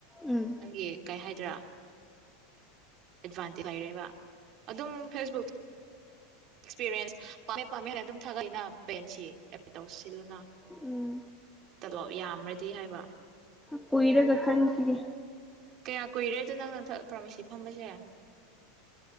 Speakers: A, in the centre; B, on the right.
A: ꯎꯝ
B: ꯅꯪꯒꯤ ꯀꯩ ꯍꯥꯏꯗ꯭ꯔꯥ ꯑꯦꯗꯚꯥꯟꯇꯤ ꯂꯩꯔꯦꯕ ꯑꯗꯨꯝ ꯐꯦꯁꯕꯨꯛ ꯑꯦꯛꯁꯄꯤꯔꯤꯌꯦꯟꯁ ꯄꯥꯝꯃꯦ ꯄꯥꯝꯃꯦ ꯍꯥꯏꯅ ꯑꯗꯨꯝ ꯊꯥꯒꯠꯂꯤꯅ ꯄꯦꯟꯁꯤ ꯑꯦꯄꯤ ꯇꯧꯁꯤꯜꯅ
A: ꯎꯝ
B: ꯇꯂꯣꯞ ꯌꯥꯝꯔꯗꯤ ꯍꯥꯏꯕ
A: ꯀꯨꯢꯔꯒ ꯈꯟꯈꯤꯒꯦ
B: ꯀꯌꯥ ꯀꯨꯏꯔꯦꯗꯣ ꯅꯪꯅ ꯐꯥꯔꯃꯤꯁꯤ ꯐꯝꯕꯁꯦ